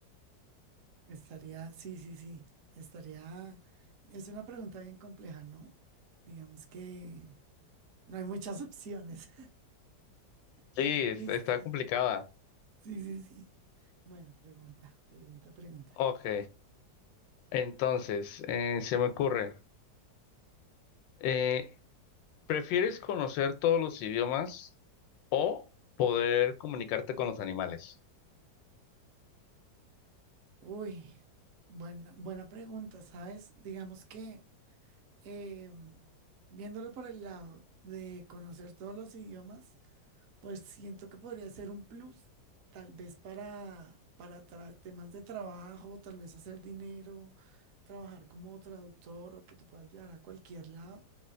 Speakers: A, on the right; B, on the left.
A: Estaría, sí, sí, sí. Estaría, es una pregunta bien compleja, ¿no? Digamos que no hay muchas opciones.
B: Sí,
A: <laughs>
B: es-
A: Listo.
B: está complicada.
A: Sí, sí, sí. Bueno, pregunta, pregunta, pregunta.
B: Ok, entonces eh, se me ocurre, eh, ¿prefieres conocer todos los idiomas o poder comunicarte con los animales?
A: Uy, buena, buena pregunta, ¿sabes? Digamos que eh, viéndolo por el lado de conocer todos los idiomas, Pues siento que podría ser un plus, tal vez para, para tra- temas de trabajo, tal vez hacer dinero, trabajar como traductor o que te puedas viajar a cualquier lado,